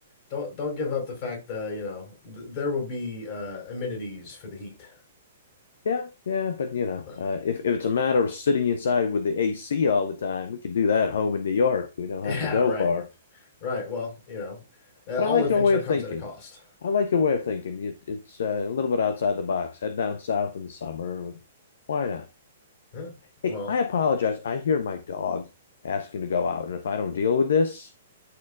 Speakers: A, on the left (about 40°); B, on the left (about 60°).
A: don't don't give up the fact that, you know, th there will be uh amenities for the heat.
B: Yeah, yeah, but you know,
A: But
B: uh, if if it's a matter of sitting inside with the AC all the time, we can do that home in New York.
A: <laughs>
B: We don't
A: yeah,
B: have to go
A: right.
B: far.
A: Right. Well, you know, uh,
B: But
A: all
B: I like
A: adventure
B: your way of
A: comes
B: thinking.
A: at a cost.
B: I like your way of thinking. It, it's uh, a little bit outside the box. Head down south in the summer. Why not?
A: Yeah.
B: Hey,
A: Well,
B: I apologize. I hear my dog asking to go out, and if I don't deal with this,